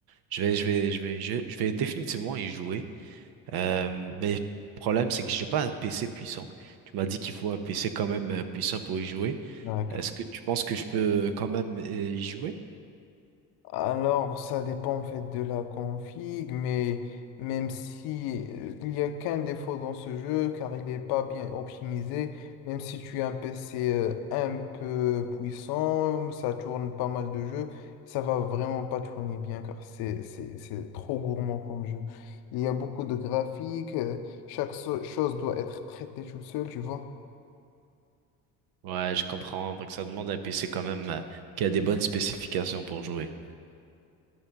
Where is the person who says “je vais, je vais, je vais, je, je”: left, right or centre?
Right